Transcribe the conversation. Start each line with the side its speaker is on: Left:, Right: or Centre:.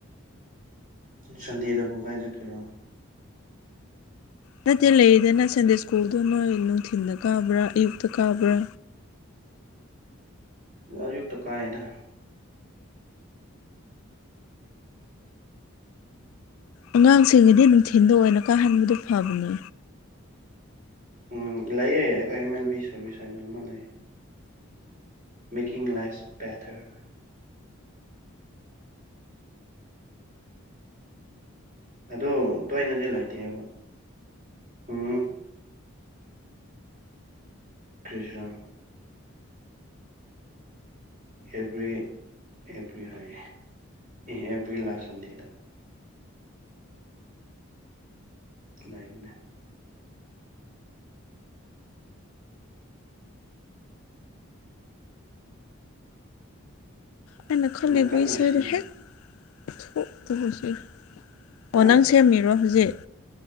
Right: ꯁꯟꯗꯦꯗꯕꯨ ꯀꯥꯏ ꯆꯠꯀꯦꯔꯣ
Left: ꯅꯠꯇꯦ ꯂꯩꯔꯤꯗꯅ ꯁꯟꯗꯦ ꯁ꯭ꯀꯨꯜꯗꯣ ꯅꯣꯏ ꯅꯨꯡꯊꯤꯟꯗ ꯀꯥꯕ꯭ꯔꯥ ꯑꯌꯨꯛꯇ ꯀꯥꯕ꯭ꯔꯥ
Right: ꯑꯌꯨꯛꯇ ꯀꯥꯏꯗ
Left: ꯑꯉꯥꯡꯁꯤꯡꯒꯤꯗꯤ ꯅꯨꯡꯊꯤꯟꯗ ꯑꯣꯏꯅ ꯀꯥꯍꯟꯕꯗꯣ ꯐꯕꯅꯦ
Right: ꯎꯝ ꯂꯩꯌꯦ ꯑꯈꯣꯏ ꯑꯦꯝ ꯑꯦꯜ ꯕꯤ ꯁꯔꯚꯤꯁ ꯍꯥꯏꯅ ꯑꯃ ꯂꯩꯌꯦ ꯃꯦꯀꯤꯡ ꯂꯥꯏ꯭ꯐꯁ ꯕꯦꯇꯔ ꯑꯗꯣ ꯇꯣꯏꯅꯗꯤ ꯂꯩꯇꯦꯕ ꯎꯝ ꯀꯔꯤꯔꯥ ꯑꯦꯕ꯭ꯔꯤ ꯑꯦꯕ꯭ꯔꯤ ꯍꯥꯏꯌꯦ ꯑꯦ ꯑꯦꯕ꯭ꯔꯤ ꯂꯥꯁ ꯁꯟꯗꯦꯗ ꯂꯩꯕꯅꯦ
Left: ꯑꯩꯅ ꯈꯜꯂꯤꯕ
Right: ꯑꯃ ꯀꯟꯅ
Left: ꯏꯁꯩꯗ
Right: ꯁꯦꯝꯂꯤ
Left: ꯍꯦꯛ <unintelligible> ꯑꯣ
Right: ꯍꯥ
Left: ꯅꯪ ꯁꯦꯝꯃꯤꯔꯣ ꯍꯧꯖꯤꯛ